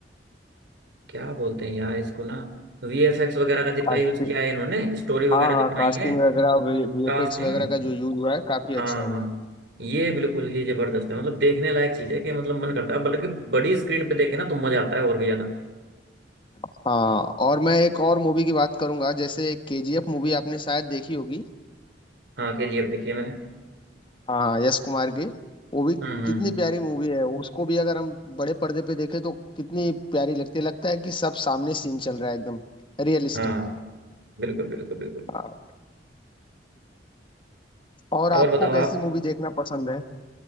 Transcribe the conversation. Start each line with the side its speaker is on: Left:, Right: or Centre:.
Right: क्या बोलते हैं यार इसको ना वीएफएक्स वगैरह का जितना
Left: कास्टिंग
Right: यूज किया है इन्होंने स्टोरी वगैरह
Left: हाँ हाँ
Right: जो बनाई
Left: कास्टिंग
Right: है
Left: वगैरह वीएफएक्स
Right: कास्टिंग
Left: वगैरह
Right: हाँ
Left: का जो यूज हुआ है काफी अच्छा
Right: हाँ
Left: हुआ
Right: हाँ।
Left: है
Right: ये बिल्कुल ही जबरदस्त है मतलब देखने लायक चीज है कि मतलब मन करता है बल्कि बड़ी स्क्रीन पे देखे ना तो मजा आता है और भी ज्यादा
Left: हाँ और मैं एक और मूवी की बात करूंगा जैसे केजीएफ मूवी आपने शायद देखी होगी
Right: हाँ केजीएफ देखी है मैंने
Left: हाँ हाँ यश कुमार की वो भी
Right: हम्म हम्म, हम्म।
Left: कितनी प्यारी मूवी है उसको भी अगर हम बड़े पर्दे पे देखें तो कितनी प्यारी लगती है लगता है कि सब सामने सीन चल रहा है एकदम रियलिस्टिक
Right: हाँ बिल्कुल बिल्कुल बिल्कुल
Left: हाँ, और
Right: और
Left: आपको
Right: बताओ
Left: कैसी
Right: आप
Left: मूवी देखना पसंद है